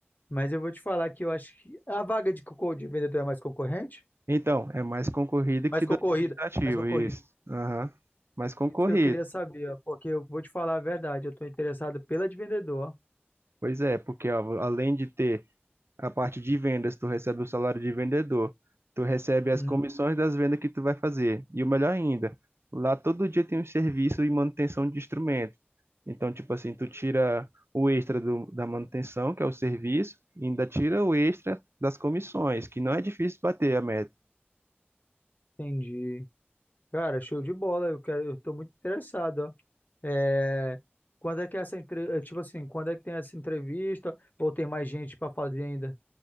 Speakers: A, on the left (about 45°); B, on the right (about 85°).
A: mas eu vou te falar que eu acho que a vaga de, concor- de vendedor é mais concorrente?
B: Então, é mais concorrido
A: Mais
B: que do
A: concorrida,
B: administrativo,
A: mais concorrida.
B: isso. Aham. Mais concorrido.
A: Isso que eu queria saber, ó, porque eu vou te falar a verdade, eu tô interessado pela de vendedor.
B: Pois é, porque ó, além de ter a parte de vendas, tu recebe o salário de vendedor, tu recebe as
A: Hum,
B: comissões das vendas que tu vai fazer. E o melhor ainda, lá todo dia tem um serviço e manutenção de instrumento. Então, tipo assim, tu tira o extra do, da manutenção, que é o serviço, e ainda tira o extra das comissões, que não é difícil bater a meta.
A: entendi. Cara, show de bola, eu quero, eu tô muito interessado, ó. É, quando é que é essa entre... é, tipo assim, quando é que tem essa entrevista ou tem mais gente pra fazer ainda?